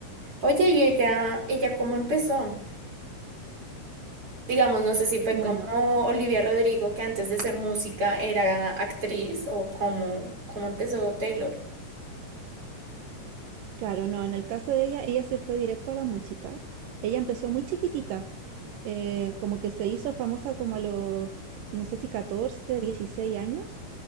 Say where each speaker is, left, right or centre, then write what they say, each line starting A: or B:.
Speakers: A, on the right (about 40°); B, on the right (about 80°).
A: Oye, ¿y ella, ella cómo empezó? Digamos, no sé si fue
B: Bueno,
A: como Olivia Rodrigo, que antes de ser música era actriz, o cómo, cómo empezó Taylor.
B: claro, no, en el caso de ella, ella se fue directo a la música. Ella empezó muy chiquitita, eh, como que se hizo famosa como a los, no sé si 14, 16 años.